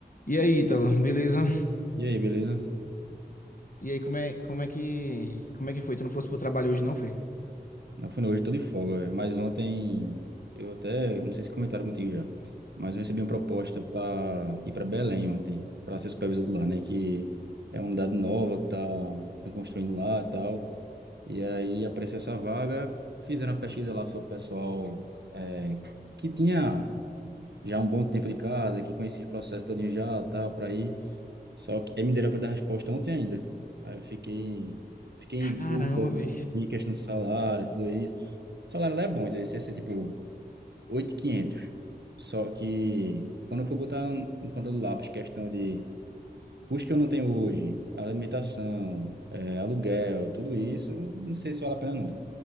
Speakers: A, on the left; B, on the right.
A: E aí, Ítalo, beleza?
B: E aí, beleza?
A: E aí, como é, como é que, como é que foi? Tu não fosse pro trabalho hoje, não foi?
B: Não, foi, não, hoje eu tô de folga, velho. mas ontem eu até, não sei se comentaram contigo já, mas eu recebi uma proposta para ir para Belém ontem, para ser supervisor lá, né, que é uma unidade nova que tá estão construindo lá e tal. E aí apareceu essa vaga, fizeram a pesquisa lá sobre o pessoal é, que tinha já um bom tempo de casa, que conhecia os processos todinho já, tal, para ir. Só que aí me deram para dar resposta ontem ainda. Aí eu fiquei Fiquei
A: Caramba,
B: em dúvida,
A: bicho.
B: em questão de salário, tudo isso. O salário lá é bom, então esse ia ser tipo 8.500. Só que quando eu for botar no ponta do lápis questão de custo que eu não tenho hoje, alimentação, eh, aluguel, tudo isso, não sei se vale a pena não.